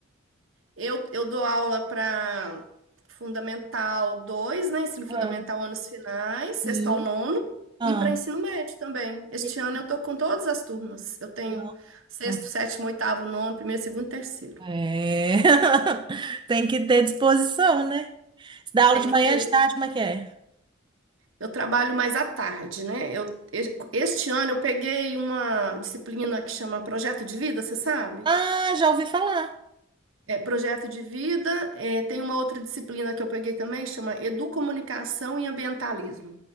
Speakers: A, on the right (about 75°); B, on the right (about 25°).
A: Eu, eu dou aula para Fundamental 2, né? Ensino Fundamental
B: Ah,
A: anos finais, sexto
B: sim.
A: ao nono,
B: Ah,
A: e para ensino médio também. Este
B: tem-
A: ano eu tô com todas as turmas. Eu tenho
B: não,
A: sexto,
B: ah.
A: sétimo, oitavo, nono, primeiro, segundo, e terceiro.
B: é. <laughs> Tem que ter disposição, né? Você dá aula
A: Tem
B: de
A: que
B: manhã,
A: ter.
B: de tarde, como é que é?
A: Eu trabalho mais à tarde, né? Eu, e- este ano eu peguei uma disciplina que chama Projeto de Vida, você sabe?
B: Ah, já ouvi falar.
A: É, projeto de vida. é, tem uma outra disciplina que eu peguei também, chama Educomunicação e Ambientalismo.